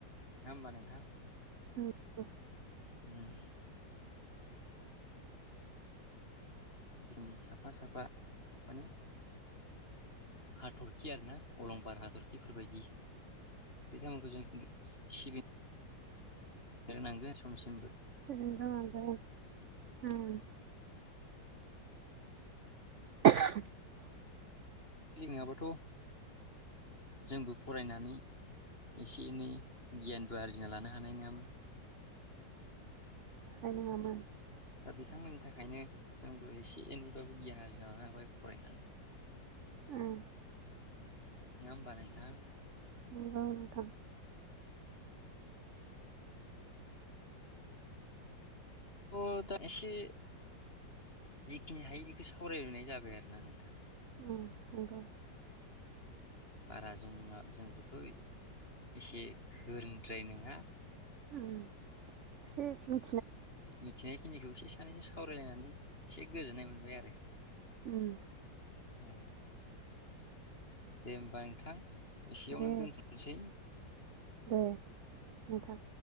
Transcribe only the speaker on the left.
नङाहोमबा नोंथां।
उम। बिनि साफा साफा माने हाथरखि आरोना अलंबार हाथरखिफोरबायदि बिथांमोनखौजों सिबि रोंनांगोन समसिमबो
खिलिं नङाबाथ' जोंबो फरायनानै एसे एनै गियानबो आरजिनालानो हानायनङामोन।
दा बिथांमोननि थाखायनो जोंबो एसे एनैबाबो गियान आरजिना लानोहाबाय फरायनानै।
नाङाहोमबा नोंथां।
थ' दा एसे जिखिनि हायो बेखौ सावरायनाय जाबाय आरोना नोंथां
बारा जों जोंबोथ' एसे गोरोंद्राय नोङा
मिथिनाय खिनिखौ एसे सानैजों सावरायलायनानै एसे गोजोननाय मोनबाय आरो
औ दे होबा नोंथां एसेयावनो
दोनथ'नोसै